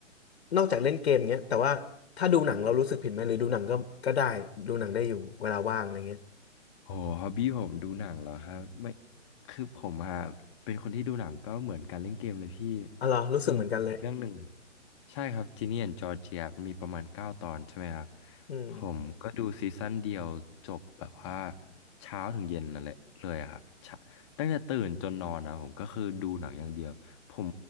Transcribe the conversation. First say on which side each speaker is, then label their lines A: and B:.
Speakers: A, on the left (about 55°); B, on the left (about 25°).
A: นอกจากเล่นเกมเงี้ยแต่ว่าถ้าดูหนังเรารู้สึกผิดไหมหรือดูหนังก็ก็ได้ดูหนังได้อยู่เวลาว่างอะไรเงี้ย
B: โหฮอบบี้ผมดูหนังเหรอครับไม่คือผมอะเป็นคนที่ดูหนังก็เหมือนการเล่นเกมเลยพี่
A: อ๋อเหรอรู้สึกเหมือนกันเลย
B: คือเรื่องหนึ่งอะใช่ครับจีเนียนจอร์เจียมันมีประมาณเก้าตอนใช่ไหมครับ
A: อืม
B: ผมก็ดูซีซั่นเดียวจบแบบว่าเช้าถึงเย็นนั่นแหละเลยอะครับเช้าตั้งแต่ตื่นจนนอนนะผมก็คือดูหนังอย่างเดียวผม